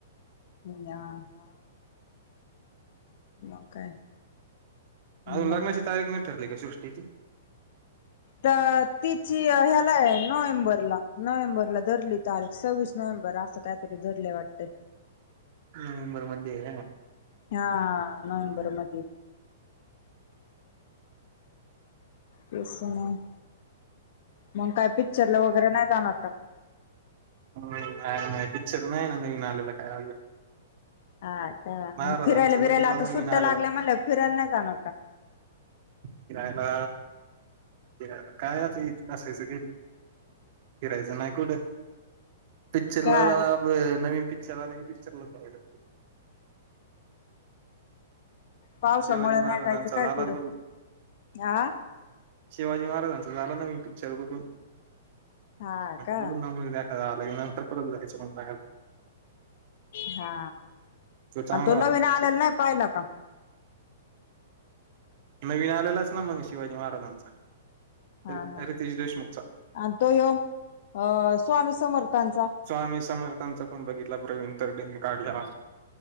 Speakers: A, on the left; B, on the right.
A: हो ना हा. मग काय.
B: अजून
A: मग
B: लग्नाची तारीख नाही ठरली का सृष्टीची?
A: त तिची ह्यालाये नोव्हेंबरला नोव्हेंबरला धरली तारीख सव्वीस नोव्हेंबर असं काय तरी धरले वाटत.
B: नोव्हेंबर मध्ये आहे
A: हा हा नोव्हेंबरमध्ये. पैसे नाही. मग काय पिक्चरला वगैरे नाही जाणार का?
B: नाही नाही पिक्चर नाही ना नवीन आलेला काय अजून.
A: अच्छा.
B: महाराजांचं
A: मग फिरायला बिरायला
B: बघितलं
A: आता
B: नवीन
A: सुट्ट्या
B: आलेला
A: लागल्या म्हणल्यावर फिरायला नाही जाणार का?
B: फिरायला फिरायला काय आता इथ अस काय फिरायचं नाही कुठं. पिक्चर
A: का
B: ला जाऊया
A: रे
B: आपण नवीन पिक्चर आला की पिक्चरलाचं जाऊया आपण.
A: पावसामुळे
B: शिवाजी
A: नाही
B: महाराजांचा
A: जायचं काय
B: झाला
A: कुठ
B: बघून
A: आ
B: शिवाजी महाराजांचा झाला नवीन पिक्चर बघून
A: हा
B: आता
A: का
B: बघू ना <unintelligible> आता लग्नानंतर परत जायचं म्हणता का
A: हा
B: चांगला
A: आणि तो
B: होता
A: नवीन
B: पिक्चर
A: आलेला नाही पाहिला का?
B: नवीन आलेलाच ना मग शिवाजी महाराजांचा.
A: हा
B: रीत
A: हा
B: रितेश देशमुखचा.
A: आणि तो ह्यो अ स्वामी समर्थांचा.
B: स्वामी समर्थांचा पण बघितला प्रवीण तरडेनी काढलेला.